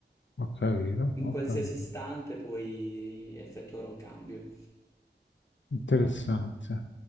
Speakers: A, on the left (about 80°); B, on the left (about 15°).
A: Ho capito,
B: In
A: ho
B: qualsiasi
A: capito.
B: istante puoi effettuare un cambio.
A: Interessante.